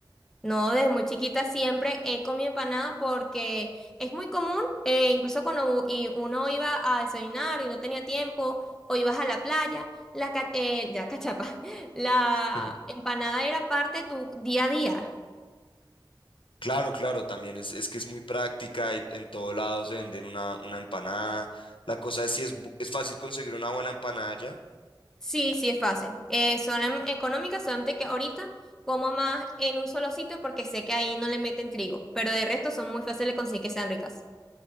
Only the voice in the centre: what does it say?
No, desde muy chiquita siempre he comido empanada porque es muy común, eh, incluso cuando u- y uno iba a desayunar y no tenía tiempo, o ibas a la playa, la, ca- eh, la cachapa, <laughs> la
empanada era parte de tu día a día.
Sí, sí, es fácil. Eh, son em- económicas, solamente que ahorita como más en un solo sitio porque sé que ahí no le meten trigo, pero de resto son muy fáciles de conseguir que sean ricas.